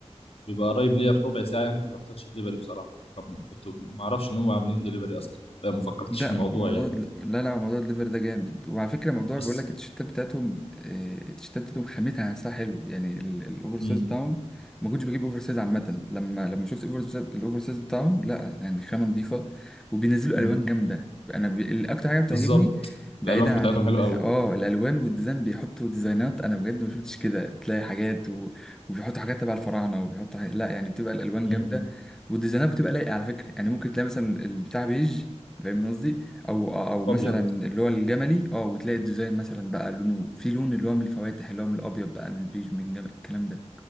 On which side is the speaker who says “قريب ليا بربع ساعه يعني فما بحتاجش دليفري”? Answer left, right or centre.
Left